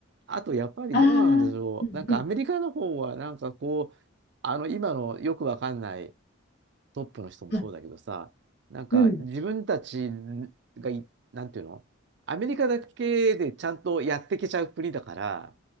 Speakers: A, on the right (about 55°); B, on the left (about 50°).
A: あとやっぱりどうなんでしょう。
B: ああ、うんうん。
A: なんかアメリカの方はなんかこう、あの今のよくわかんないトップの人もそうだけどさ、
B: あ、
A: なんか自分たち
B: うん。
A: がい、なんていうのアメリカだけでちゃんとやってけちゃう国だから、